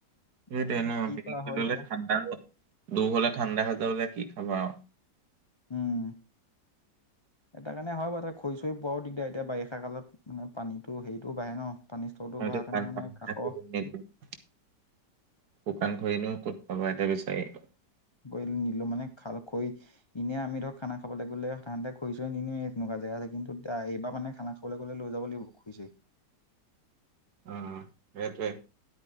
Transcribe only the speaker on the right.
সেইটোৱে
ন
পেকিং
টো
ল'লে
ঠাণ্ডা, দূৰ হ'লে ঠাণ্ডা হৈ যাব যে কি খাবা আৰু
নি <unintelligible>
শুকান খৰি এনেও ক'ত পাবা এতিয়া বিচাৰি।
অহ সেইটোৱে,